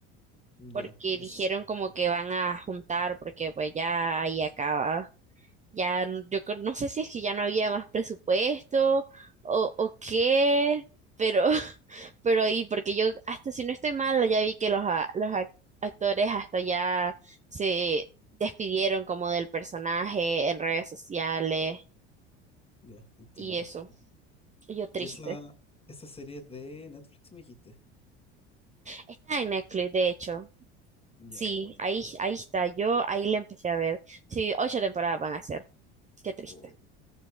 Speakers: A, on the left; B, on the right.
A: Ya,
B: porque
A: y
B: dijeron
A: es.
B: como que van a juntar, porque pues ya ahí acaba. Ya n- yo creo- no sé si es que ya no había más presupuesto o, o qué, pero, <laughs> pero ahí, porque yo hasta si no estoy mal, ya vi que los, a- los ac- actores hasta ya se despidieron como del personaje
A: Ah,
B: en redes sociales
A: ya, entiendo.
B: y eso. Y yo triste.
A: Y esa, esa serie es de Netflix, me dijiste.
B: Está en Netflix, de hecho.
A: Ya,
B: Sí,
A: bueno.
B: ahí, ahí está. Yo ahí la empecé a ver. Sí, ocho temporadas van a ser. Qué triste.
A: Oh,